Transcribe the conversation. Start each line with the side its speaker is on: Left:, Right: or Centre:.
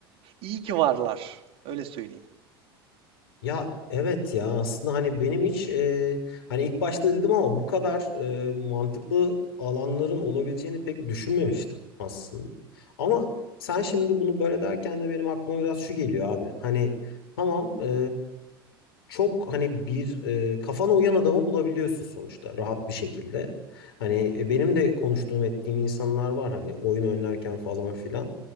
Right: iyi ki varlar. Öyle söyleyeyim.
Left: Ya evet ya aslında hani benim hiç e, hani ilk başta dedim ama bu kadar e, mantıklı alanların olabileceğini pek düşünmemiştim aslında. Ama sen şimdi bunu böyle derken de benim aklıma biraz şu geliyor abi. Hani tamam e, çok hani bir e, kafana uyan adamı bulabiliyorsun sonuçta rahat bir şekilde. Hani e, benim de konuştuğum ettiğim insanlar var hani oyun oynarken falan filan.